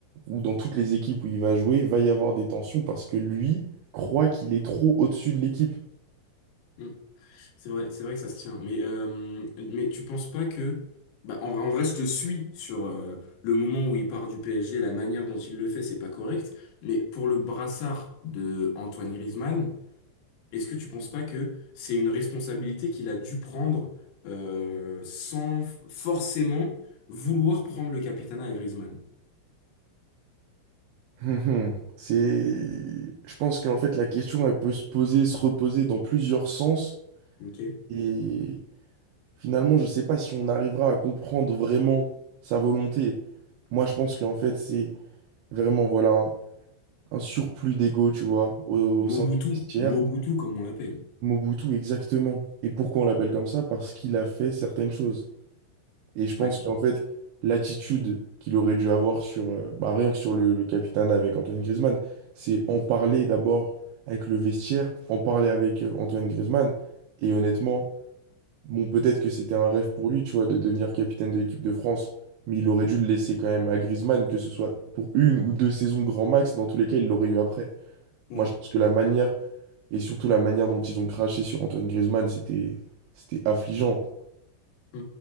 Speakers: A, on the right; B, on the left.
A: ou dans toutes les équipes où il va jouer, va y avoir des tensions parce que lui croit qu'il est trop au-dessus de l'équipe.
B: Mm. C'est vrai, c'est vrai que ça se tient. Mais, euh, mais tu penses pas que... Bah, en, en vrai, je te suis sur euh, le moment où il part du PSG, la manière dont il le fait, c'est pas correct. Mais pour le brassard de Antoine Griezmann, Est-ce que tu penses pas que c'est une responsabilité qu'il a dû prendre euh, sans forcément vouloir prendre le capitanat à Griezmann?
A: Hum, hum. C'est... Je pense qu'en fait, la question, elle peut se poser, se reposer dans plusieurs sens.
B: Ok?
A: Et finalement, je ne sais pas si on arrivera à comprendre vraiment sa volonté. Moi, je pense qu'en fait, c'est vraiment, voilà. un surplus d'ego, tu vois, au,
B: Mobutu,
A: au sein du vestiaire.
B: Mobutu comme on l'appelle.
A: Mobutu, exactement. Et pourquoi on l'appelle comme ça? Parce qu'il a fait certaines choses. Et je pense
B: Ouais.
A: qu'en fait, l'attitude qu'il aurait dû avoir sur, euh, bah, rien que sur le, le capitana avec Antoine Griezmann, c'est en parler d'abord avec le vestiaire, en parler avec euh, Antoine Griezmann. Et honnêtement, bon, peut-être que c'était un rêve pour lui, tu vois, de devenir capitaine de l'équipe de France. Mais il aurait dû le laisser quand même à Griezmann, que ce soit pour une ou deux saisons grand max, dans tous les cas, il l'aurait eu après.
B: Ouais.
A: Moi, je pense que la manière et surtout, la manière dont ils ont craché sur Antoine Griezmann, c'était, c'était affligeant.
B: Mm,